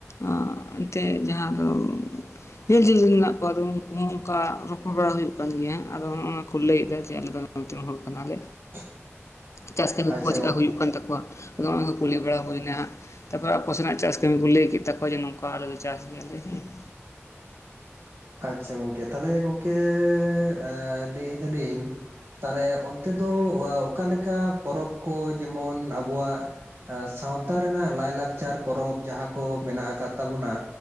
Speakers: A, on the left; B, on the right.
A: ᱚᱸᱻ ᱮᱱᱛᱮᱫ ᱡᱟᱦᱟᱸ ᱫᱚ ᱡᱤᱞ ᱡᱷᱟᱹᱞ ᱨᱮ ᱢᱮᱱᱟᱜ ᱠᱚᱣᱟ ᱟᱫᱚ ᱩᱱᱠᱩ ᱦᱚᱸ ᱚᱱᱠᱟ ᱨᱚᱯᱚᱲ ᱵᱟᱲᱟ ᱦᱩᱭᱩᱜ ᱠᱟᱱ ᱜᱮᱭᱟ ᱟᱫᱚᱜ ᱚᱱᱟ ᱠᱚ ᱞᱟᱹᱭ ᱮᱫᱟ ᱡᱮ ᱟᱞᱮ ᱫᱚ ᱢᱤᱫᱴᱮᱱ ᱦᱚᱲ ᱠᱟᱱᱟᱞᱮ᱾
B: <inaudible>
A: ᱪᱟᱥ ᱠᱟᱹᱢᱤ
B: ᱟᱪᱪᱷᱟ
A: ᱠᱚᱦᱚᱸ ᱪᱮᱫᱠᱟ
B: ᱜᱚᱢᱠᱮ
A: ᱦᱩᱭᱩᱜ ᱠᱟᱱ ᱛᱟᱠᱚᱣᱟ᱾ ᱟᱫᱚ ᱱᱚᱜ ᱠᱩᱞᱤ ᱵᱟᱲᱟ ᱦᱩᱭᱱᱟ ᱦᱟᱜ᱾ ᱛᱟᱯᱚᱨᱮ ᱟᱠᱳᱥᱮᱱᱟᱜ ᱪᱟᱥ ᱠᱟᱹᱢᱤ ᱠᱚ ᱞᱮᱭ ᱠᱮᱫ ᱛᱟᱠᱚᱭᱟ᱾ᱡᱮ ᱱᱚᱝᱠᱟ ᱟᱞᱮ ᱞᱮ ᱪᱟᱥ ᱜᱮᱭᱟᱞᱮ ᱦᱮᱸ᱾ <inaudible>
B: ᱟᱪᱪᱷᱟ ᱜᱚᱝᱠᱮ ᱛᱟᱦᱚᱞᱮ ᱜᱚᱝᱠᱮ ᱮᱸ ᱞᱮᱭ ᱫᱟᱞᱤᱧ ᱛᱟᱦᱚᱞᱮ ᱚᱱᱛᱮ ᱫᱚ ᱚᱠᱟᱞᱮᱠᱟ ᱯᱚᱨᱚᱵᱽ ᱠᱚ ᱡᱮᱢᱚᱱ ᱟᱵᱚᱣᱟᱜ ᱥᱟᱶᱛᱟ ᱨᱮᱱᱟᱜ ᱞᱟᱭᱼᱞᱟᱠᱪᱟᱨ ᱯᱚᱨᱚᱵᱽ ᱡᱟᱦᱟᱸ ᱠᱚ ᱢᱮᱱᱟᱜ ᱟᱠᱟᱫ ᱛᱟᱵᱚᱱᱟ᱾